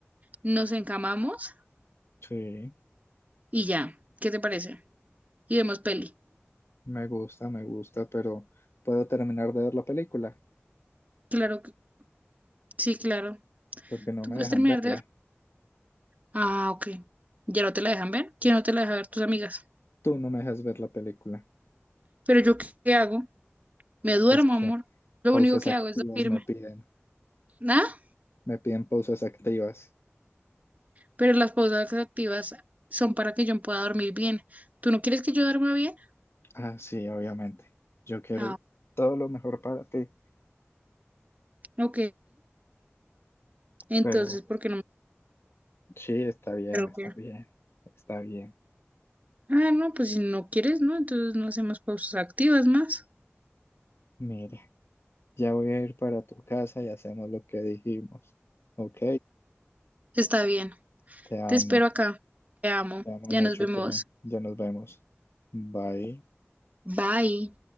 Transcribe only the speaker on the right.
Nos encamamos
y ya. ¿Qué te parece? Y vemos peli.
Claro que sí, claro.
Tú
puedes
terminar
de ver. Ah, ok. ¿Ya no te la dejan ver? ¿Quién no te la deja ver? Tus amigas.
¿Pero yo qué qué hago? Me duermo,
amor. Lo
único que
hago es dormirme.
¿Ah?
Pero las pausas activas son para que yo pueda dormir bien. ¿Tú no quieres que yo duerma bien?
Ah,
ok. Entonces,
¿por qué no me
creo
que?
Ah, no, pues si no quieres, ¿no? Entonces no hacemos pausas activas más.
Está bien.
Te espero acá. Te amo.
Ya
nos vemos.
Bye.